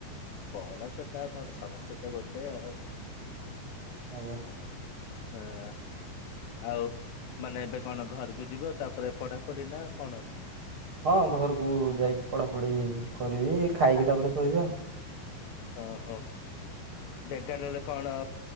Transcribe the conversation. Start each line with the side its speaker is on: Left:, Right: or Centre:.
Left: ବଡ଼ ଛୋଟ ଆଉ କଣ ସମସ୍ତେତ ଗୋଟେ ଆଉ।
Right: ଆଜ୍ଞା ସାର୍।
Left: ଆଁ ଆଉ ମାନେ ଏବେ କଣ ଘରକୁ ଯିବ ତାପରେ ପଢାପଢି ନା କଣ?
Right: ହଁ ଘରକୁ ଯାଇକି ପଢାପଢି କରିବି ଖାଇକି ତାପରେ ଶୋଇବି ଆଉ।
Left: ଓହୋ ଢେଙ୍କାନାଳରେ କଣ